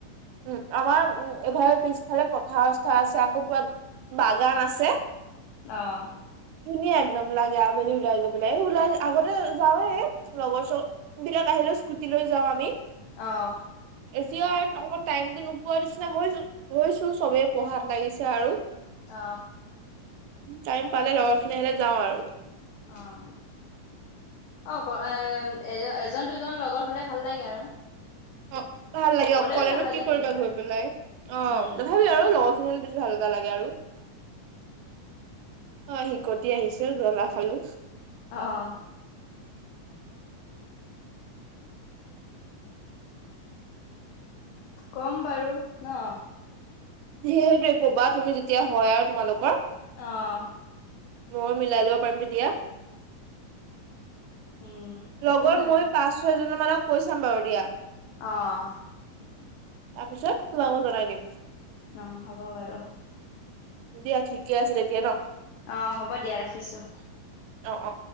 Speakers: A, on the right (about 85°); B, on the left (about 85°).
A: উম আমাৰ উম ঘৰ পিছ- ইফালে পথাৰ ৰাস্তা আছে, আকৌ পুৰা বাগান আছে।
B: আহ।
A: ধুনীয়া একদম লাগে আবেলি ওলাই গৈ ওলাই আগতে যাওৱে লগৰ চগৰ বিলাক আহে। হলেও স্কুটি লৈ যাওঁ আমি।
B: অ।
A: এতিয়া আৰু অকমান টাইমটো নোপোৱা নিচিনা হৈ হৈছো চবেই পঢ়াত লাগিছে আৰু।
B: অ।
A: টাইম পালে লগৰখিনি আহিলে যাওঁ আৰু।
B: আহ। অ, এ এ এজন দুজন লগৰ হলে ভাল লাগে আৰু।
A: অ ভাল লাগে
B: অকলেও
A: অকলেনো
B: ভাল লাগে
A: কি কৰিবা
B: তেনেকুৱা
A: গৈ পেলাই। অ,
B: উম,
A: তথাপি আৰু লগৰখিনি বেছি ভাল লাগে এটা লাগে আৰু। অ শিকটি আহিছো জ্বলা খালো।
B: আহ আহ। কম বাৰু ন।
A: যি সেইটোৱে কবা তুমি যেতিয়া হয় আৰু তোমালোকৰ।
B: অহ।
A: মইয়ো মিলাই লব পাৰিম তেতিয়া।
B: উম, সেইটোও
A: লগৰ
B: হয় বাৰু
A: মই পাঁচ, ছয়জন মানক কৈ চাম বাৰু দিয়া। তাৰপিছত
B: অ',
A: মইয়ো জনাই দিম।
B: অ হ'ব বাৰু।
A: দিয়া ঠিকে আছে তেতিয়া ন।
B: আহ হ'ব দিয়া ৰাখিছো।
A: অ অ অ